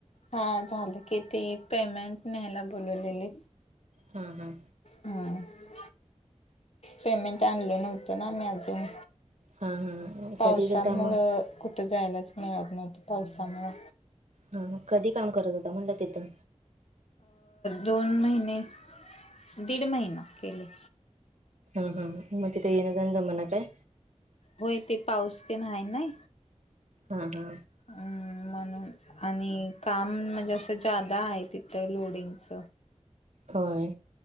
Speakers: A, on the left (about 60°); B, on the right (about 75°).
A: हा झालं कि ते पेमेंट न्यायला बोलवलेली.
B: हां हां
A: हा पेमेंट आणल नव्हतं ना मी अजून
B: हां हां
A: पावसामुळं
B: कधी गेलता मग
A: कुठं जायलाच मिळत नव्हतं पावसामुळ
B: हा कधी काम करत होता म्हटलं तिथं
A: दोन महिने दीड महिना केले
B: हा हा मग इ ते येन जाण मना काय
A: होय ते पाऊस ते नाही ना
B: हा हा
A: अम् म्हणून आणि काम म्हणजे असं जादा आहे तिथं लोडिंगच
B: होय